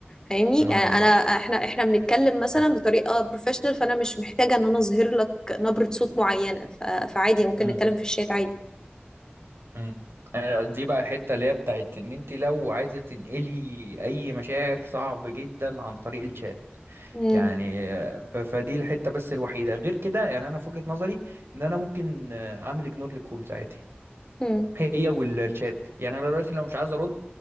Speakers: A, on the left; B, on the right.
A: فاهمني
B: ما
A: يعني
B: ما-
A: انا احنا احنا بنتكلم مثلا بطريقه بروفيشنال فانا مش محتاجه ان انا اظهر لك نبرة صوت معينة ف... فعادي ممكن
B: مم.
A: نتكلم في الشات عادي
B: مم. آه، دي بقى الحته اللي هي بتاعت ان انت لو عايزه تنقلي اي مشاعر صعب جدا عن طريق الشات
A: مم.
B: يعني آه، ف- فدي الحته بس الوحيده غير كده يعني انا في وجهه نظري ان انا ممكن آه، اعمل اجنور لكولز عادي
A: مم.
B: هي والشات يعني انا دلوقتي لو مش عايز ارد